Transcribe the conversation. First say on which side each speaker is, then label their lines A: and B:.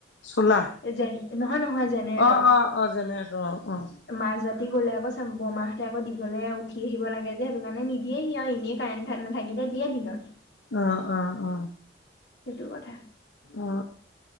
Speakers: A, on the left; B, on the left.
A: চোলাৰ।
B: যে নহয় নহয় জেনেৰেটৰ
A: অ', অ', অ', জেনেৰেটৰ অ', অ'।
B: মাছ জাতি দি গ'লে আকৌ বমাহঁতে আকৌ দি গলে উঠি আহিব লাগে যে সেইটো কাৰণে নি দিয়ে সিঁ এনেই কাৰেণ্ট নাথাকিলে দিয়ে দিনত।
A: আ অ অ
B: সেইটো কথা
A: অ।